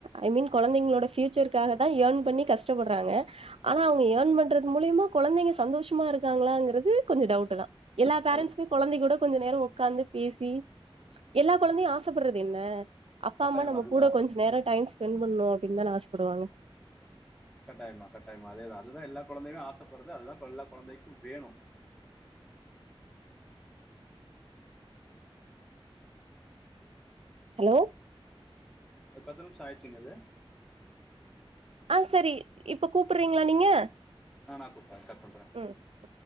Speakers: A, on the right; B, in the centre.
A: ஐ மீன் குழந்தைங்களோட பியூச்சர்கக்காக தான் ஏர்ன் பண்ணி கஷ்டப்படுறாங்க ஆனா அவங்க ஏர்ன் பண்றது மூலியமா குழந்தைங்க சந்தோஷமா இருக்காங்களாங்கிறது கொஞ்சம் டவுட் தான் எல்லா பேரன்ஸுமே
B: அது
A: குழந்தை கூட கொஞ்ச நேரம் உட்காந்து பேசி எல்லா குழந்தையும் ஆசைப்படுறது என்ன அப்பா
B: கட்டாயமா
A: அம்மா நம்ம
B: அதுதான்
A: கூட கொஞ்ச நேரம் ஸ்பெண்ட் பண்ணும் அப்டின்னு தான் ஆசப்படுவோம் ஆ
B: கட்டாயமா கட்டாயமா அதோன் அதுதான் எல்லா கொழந்தையுமே ஆசைப்படுறது அதுதான் எல்லா கொழந்தைக்கும் வேணும்
A: ஹலோ
B: பத்து நிமிஷம் ஆயிடுச்சிங்க இது
A: ஆஹ் சரி இப்ப கூப்பிறீங்களா நீங்க
B: ஆஹ் நான் கூப்பரேன் கட் பண்றேன்
A: ம்